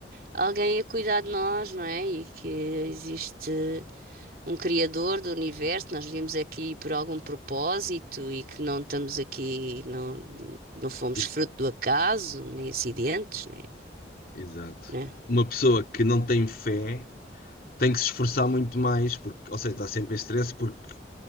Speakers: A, on the right (about 50°); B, on the left (about 50°).
A: alguém a cuidar de nós, não é? E que existe. um criador do universo, nós vimos aqui por algum propósito e que não estamos aqui, não, não fomos
B: Exa-
A: fruto do acaso, nem acidentes, nem,
B: Exato.
A: né?
B: Uma pessoa que não tem fé tem que se esforçar muito mais, porque, ou seja, está sempre em stress porque